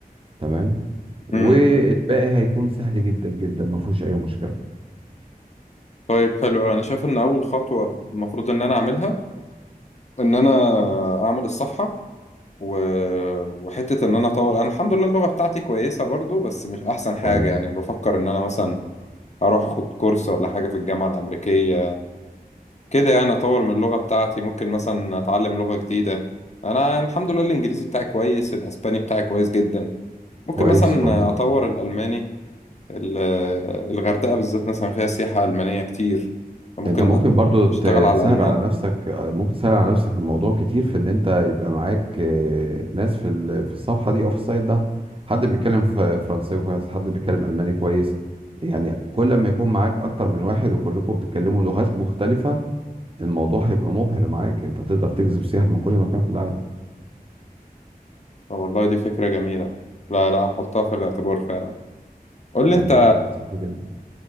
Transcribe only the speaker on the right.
تمام والباقي
هيكون سهل جدا جدا ما فيهوش اي مشكلة
كويس
كويس
كويس.
انت ممكن برضو ت-
تسهل
على نفسك ممكن تسهل على نفسك الموضوع كتير في ان انت يبقى معاك آه، ناس في ال- في الصفحه دي او في السايت ده حد بيتكلم ف- فرنساوي كويس حد بيتكلم الماني كويس يعني كل ما يكون معاك اكتر من واحد وكلكم بتتكلموا لغات مختلفه الموضوع هيبقى مبهر معاك انت تقدر تجذب سياح من كل مكان في العالم
آه،
تبقى فكره لطيفه جدا